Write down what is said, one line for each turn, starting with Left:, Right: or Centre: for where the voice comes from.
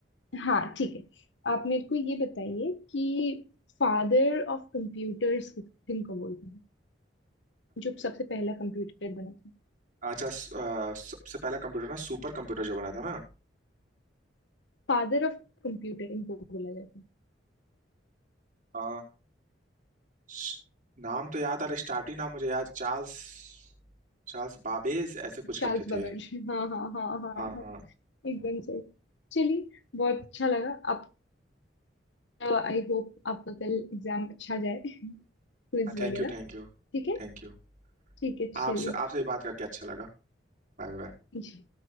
Left: हाँ ठीक है आप मेरे को ये बताइए कि फादर ऑफ कंप्यूटर्स किनको बोलते हैं जो सबसे पहला कंप्यूटर बना था
Right: अच्छा स- अ, सबसे पहला कंप्यूटर ना सुपर कंप्यूटर जो बना था ना
Left: फादर ऑफ कंप्यूटर इनको बोला जाता है
Right: अ, स- नाम तो याद आ रहा स्टार्टिंग नाम मुझे याद चार्ल्स चार्ल्स बाबेज ऐसे कुछ
Left: चार्ल्स
Right: करके
Left: बेबेज
Right: थे
Left: हाँ हाँ हाँ हाँ
Right: हाँ
Left: हाँ
Right: हाँ
Left: एकदम सही चलिए बहुत अच्छा लगा आप आई होप आपका कल एग्जाम अच्छा जाए क्विज
Right: Thank
Left: वगैरह
Right: you thank you
Left: ठीक है
Right: Thank you
Left: ठीक है चलिए
Right: आपसे आपसे भी बात करके अच्छा लगा Bye bye
Left: बाय